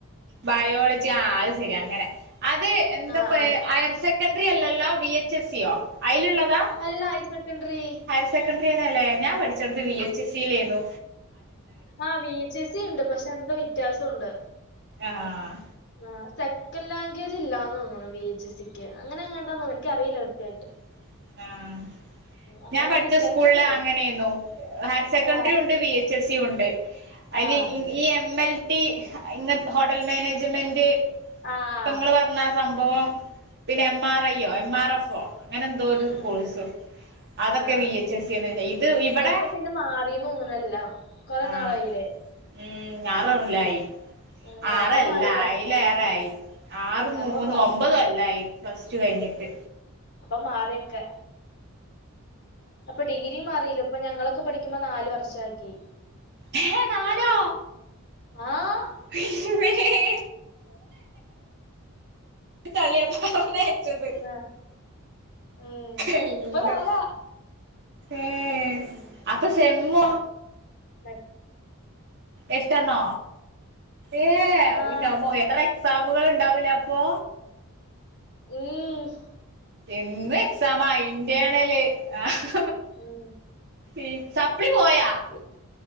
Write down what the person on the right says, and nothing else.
ബയോളജി ആഹ് അയിസെരി അങ്ങനെ അത് എന്താപ്പയ്
ഹയർ സെക്കൻഡ്രിറി അല്ലല്ലോ? വി. എച്ച്. സ്യോ? അയ്ലുള്ള <unintelligible>
ഹയർ സെക്കൻഡ്രിയന്നെ ലെ ഞാൻ പഠിച്ചട്ത്ത് വി എച്ച് എസ് സിലേര്ന്നു
ആഹ് ആഹ്
<inaudible> ആഹ്
ഞാൻ പഠിച്ച
സ്കൂളില് അങ്ങനേര്ന്നു ഹയർ സെക്കൻഡ്രിണ്ട്
വി എ ച്ചെസ്സി ഉണ്ട്. അയ്ല്
ഇ, ഈ എം എൽ. ട്ടി അഹ്ങ്ങൻ ഹോട്ടൽ മാനേജ്മെന്റ്
പ്പങ്ങള് പർ ന്ന ആഹ് സംഭവം പിന്നെ എം ആർ ഐയോ എം ആർ എഫോ അങ്ങനെന്തോ ഒര്
കോഴ്സു അതൊക്കെ
വി. എച്ച്. സ്സിന്നേണ്. ഇത് ഇബടെ,
ആഹ്.
ഉം <unintelligible>
ആറല്ല
അയിലേറെ ആയി ആറും
മൂന്നും,
ഒമ്പത് കൊല്ലായി പ്ലസ് ടു കയ്ഞ്ഞ്ട്ട്.
ഹേ നാലോ
<unintelligible> തള്ള്യ പർഞ്ഞേച്ചത്
എല്ലം
ഏഹ്
ഇപ്പ സെമ്മ
എട്ടെണ്ണോ? ഏഹ് അവ്
ന്റെമ്മോ! എത്ര എക്സാമുകൾ ഉണ്ടാവൂലെ അപ്പൊ?
എന്നും എക്സാമാ ഇന്റേണല് ആഹ്
ഈഹ്, സപ്പ്ളി പോയാ?